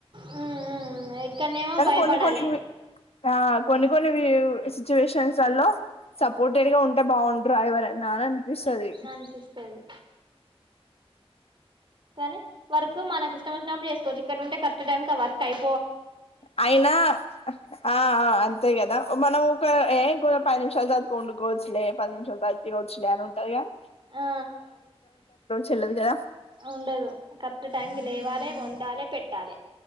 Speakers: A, on the right; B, on the left.
A: మ్మ్ మ్మ్ ఇక్కడనేమో భయపడాలి
B: కొన్ని కొన్ని ఆ కొన్ని కొన్ని కొన్ని సిచ్యుషన్ వాళ్ళో సపోర్టెడ్ గా ఉంటే బాగుండ్ర ఎవరైనా అని అనిపిస్తాది
A: అనిపిస్తది కానీ వర్క్ మనకి ఇష్టం వచ్చినపుడు చేసుకోవచ్చు ఇక్కడుంటే కరెక్ట్ టైమ్ కి ఆ వర్క్ అయి
B: అయినా ఆ అంతే కదా మనం ఒక ఏం పది నిమిషాల తర్వాత వండుకోవచ్చులే పది నిమిషాల్ తర్వాత తినోచ్చులే అని ఉంటాది కానీ
A: ఆ
B: చెల్లదు కదా
A: ఉండదు కరెక్ట్ టైంకిి లేవాలే వండాలే పెట్టాలే